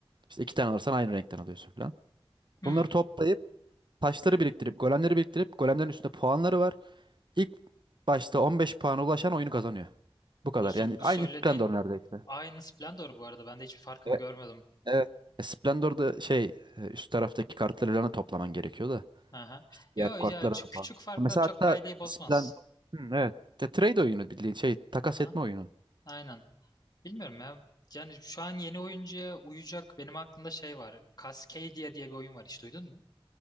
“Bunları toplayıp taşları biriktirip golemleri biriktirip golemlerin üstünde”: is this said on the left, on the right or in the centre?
Right